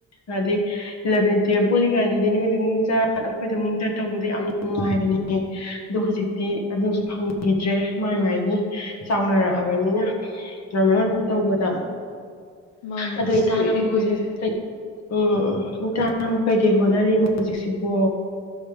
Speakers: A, on the left (about 60°); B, on the left (about 80°).
A: ꯑꯩꯗꯤ ꯏꯂ‌ꯦꯚꯦꯟ ꯇꯨꯌꯦꯜꯞ ꯄꯨꯜꯂꯤꯉꯩꯗꯗꯤ ꯅꯣꯏꯗ ꯑꯃꯨꯛ ꯆꯥ ꯑꯩꯈꯣꯏꯗ ꯑꯃꯨꯛ ꯆꯠꯇꯧꯕꯗ ꯌꯥꯝ ꯅꯨꯡꯉꯥꯏꯕꯅꯤꯌꯦ ꯑꯗꯣ ꯍꯧꯖꯤꯛꯇꯤ ꯑꯗꯨꯁ ꯐꯪꯒꯤꯗ꯭ꯔꯦ ꯃꯥꯏ ꯃꯥꯏꯒꯤ ꯆꯥꯎꯅꯔꯛꯑꯕꯅꯤꯅ <unintelligible> ꯇꯧꯕꯗ
B: ꯃꯥꯅꯦ
A: ꯑꯗꯨ
B: ꯑꯁ
A: ꯏꯇꯥ
B: ꯀꯨꯏꯔꯦ
A: ꯅꯪꯕꯨ ꯍꯧꯖꯤꯛ
B: ꯀꯨꯏꯔꯦ
A: ꯎꯝ ꯏꯇꯥ ꯅꯪꯕꯨ ꯀꯩꯀꯩ ꯍꯣꯠꯅꯔꯤꯅꯣ ꯍꯧꯖꯤꯛꯁꯤꯕꯣ